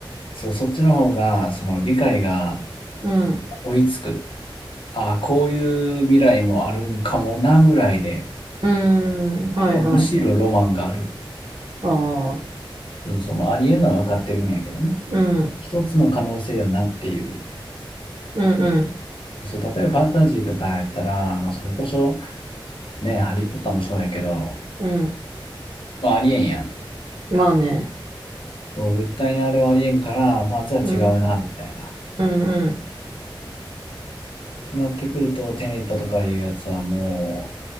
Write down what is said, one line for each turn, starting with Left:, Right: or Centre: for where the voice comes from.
Left: そう、そっちの方がその理解が
Right: うん。
Left: 追いつく。ああ、こういう未来もあるんかもなぐらいで、
Right: うーん。はいはい。
Left: とむしろロマンがある。
Right: ああ。
Left: そうそう、まあありえんのは分かってるんやけどね。
Right: うん。
Left: 一つの可能性よなっていう。
Right: うん
Left: そう、例えばファンタジーとかやったら、まあ、それこそね、ハリー・ポッターもそうやけど、
Right: うん。うん。
Left: まあ、ありえんやん。
Right: まあね。
Left: そう、絶対にあれはありえんから、まあ、じゃあ違うな、
Right: うん。
Left: みたいな。
Right: うんうん。
Left: てなってくると、テネットとかいうやつはも